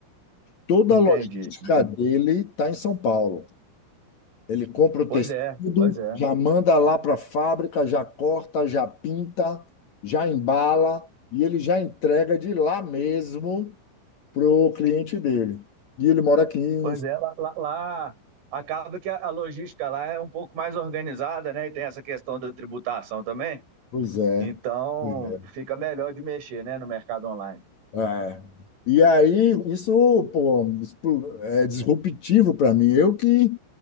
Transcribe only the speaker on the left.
Toda
a logística
dele está em São Paulo. Ele compra o
tecido,
já manda lá para a fábrica, já corta, já pinta, já embala e ele já entrega de lá mesmo para o cliente dele. E ele mora aqui em...
Pois é.
pois é.
É. E aí, isso, pô, explo- é disruptivo para mim. Eu que